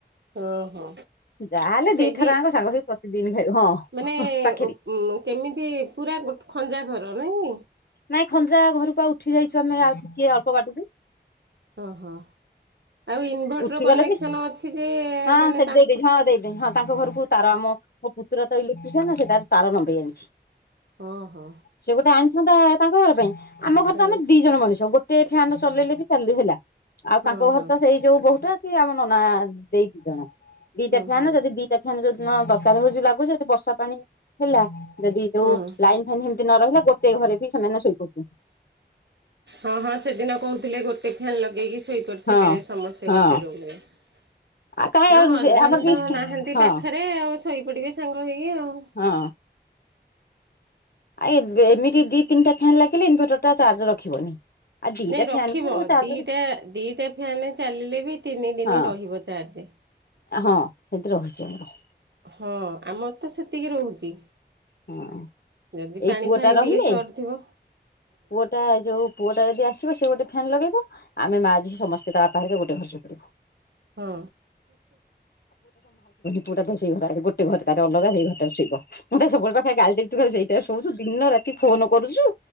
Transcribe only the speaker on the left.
ଯାହାହେଲେ
ଦିଥର ଆଙ୍କ ସାଙ୍ଗ ହେଇ ପ୍ରତିଦିନ ଖାଇବୁ ହଁ
ପାଖରେ
ନାଇଁ ଖଞ୍ଜା ଘରକୁ ଆଉ ଉଠି ଯାଇ ପାରୁନୁ ଆମେ ଆଉ ଟିକେ ଅଳ୍ପ ବାଟକୁ ମାନେ
ଉଠିଗଲେ
ବି
ହଁ
ସେଠି
ଦେଇଦେଇଛି ହଁ ଦେଇଦେଇଛି ହଁ ତାଙ୍କ ଘରକୁ ତାର ଆମ ମୋ ପୁତୁର ତ ଇଲେକ୍ଟ୍ରିସିଆନ ସେ ତାର ତାର ନମ୍ବେଇ ଆଣିଚି।
ସେ ଗୋଟେ ଆଣିଥାନ୍ତା ତାଙ୍କ ଘର ପାଇଁ ଆମ ଘରେ
ତ ଆମେ ଦି ଜଣ ମଣିଷ ଗୋ ଟେ ଫ୍ୟାନ ଚଲେଇଲେ ବି ଚାଲୁ ହେଲା ଆଉ
ତାଙ୍କ
ଘର ତ ସେଇ କୋଉଟା କି ଆମ ନନା ଦେଇ ଦି ଜଣ ଦିଟା
ଫ୍ୟାନ
ଯଦି ଦିଟା ଫ୍ୟାନ ନ ଦରକାର ହଉଛି ଲାଗୁଛି ଯଦି ବର୍ଷା ପାଣି ହେଲା ଯଦି ଯୋଉ
ଲାଇନ ଫାଇନ୍ ସେମିତି ନ ରହିଲା ଗୋଟେ ଗୋଟେ ଘରେ ବି ସେମାନେ ଶୋଇପଡିବେ
ହଁ
ହଁ
ଆଉ କାହିଁ ଆଉ
ସେ ଆମର ବି
ହଁ
ହଁ। ଆ ଏମିତି ଦି ତିନିଟା ଫ୍ୟାନ୍ ଲାଗିଲେ ଇନଭର୍ଟରଟା ଚାର୍ଜ ରଖିବନି। ଆଉ ଦିଟା
ଫ୍ୟାନ କୁ ଚାର୍ଜର
ହଁ
ହଁ ସେଠି ରହୁଛି ଆମର
ହଁ।
ଏଇ
ପୁଅଟା
ରହିଲେ
ପୁଅଟା ଯୋଉ ପୁଅଟା ଯଦି ଆସିବ ସେ ଗୋଟେ ଫ୍ୟାନ ଲଗେଇବ ଆମେ ମା ଝିଅ ସମସ୍ତେ ତା ବାପା ଘରିକା ଗୋଟେ ଘରେ ଶୋଉଚୁ
ପୁଅ ଟା ତ ସେଇ ଘରେ ଗୋଟେ ଘର ତାର ଅଲଗା ସେଇ ଘରେ ଶୋଇବ ମୁଁ ତା ସବୁ ମୁଁ ତାକୁ ଖାଲି ଗାଳି କରୁଛି ସେଇଟାରେ ଖାଲି ଶୋଉଛୁ ଦିନ ରାତି ଫୋନ କରୁଛୁ